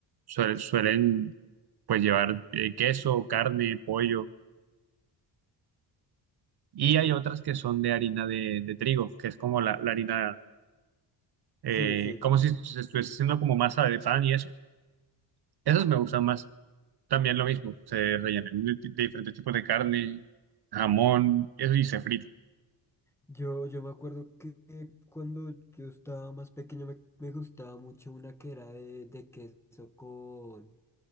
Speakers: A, on the right (about 55°); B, in the centre.
A: suel- suelen
B: Ujú.
A: pues llevar eh, queso, carne, pollo. Y
B: Ok.
A: hay otras que son de harina de, de trigo, que es como la, la harina, eh,
B: Sí, sí.
A: como si se estuviese haciendo como masa de pan y eso. Esas me gustan más. También lo mismo, se rellena de, de diferentes tipos de carne, jamón, eso y se frita.
B: Yo, yo me acuerdo que que cuando yo estaba más pequeño me, me gustaba mucho una que era de, de queso con,